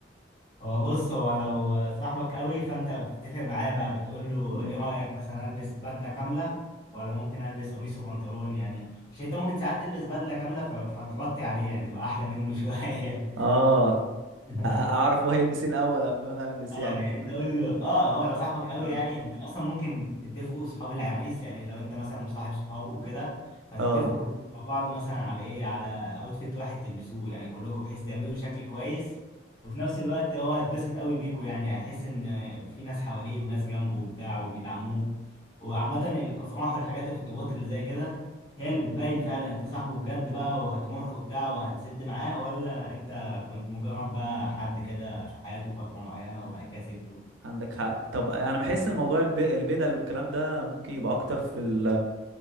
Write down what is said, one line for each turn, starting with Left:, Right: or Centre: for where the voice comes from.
Left: هو بص هو لو صاحبك قوي فانت بتتفق معاه بقى بتقول له
Right: مم.
Left: ايه رايك مثلا البس بدله كامله ولا ممكن البس قميص وبنطلون يعني عشان انت ممكن ساعات تلبس بدله كامله ف- فتغطي عليه يعني تبقى احلى منه شويه
Right: آه أ-
Left: <laughs>
Right: أعرف هو هيلبس إيه الأول قبل ما أنا ألبس
Left: اه
Right: يعني
Left: يعني انت قول له اه هو لو صاحبك قوي
Right: آه
Left: يعني انت اصلا ممكن تتفقوا صحاب العريس يعني لو انت مثلا مصاحب صحابه وكده فتتفقوا
Right: آه
Left: كلكم مع بعض مثلا على ايه على اوتفيت واحد تلبسوه يعني كلكم بحيث تعملوا شكل كويس وفي نفس الوقت هو هيتبسط قوي بيكوا يعني هيحس ان في ناس حواليه وناس جنبه وبتاع وبيدعموه وعامة الافراح والحاجات الخطوبات اللي زي كده هي اللي بتبين فعلا انت صاحبه بجد بقى وهتروح وبتاع وهتسد معاه ولا انت كنت مجرد بقى حد كده في حياته فترة معينة وبعد كده سبته
Right: عندك حق طب أنا بحس إن موضوع الب- البدل والكلام ده ممكن يبقى أكتر في ال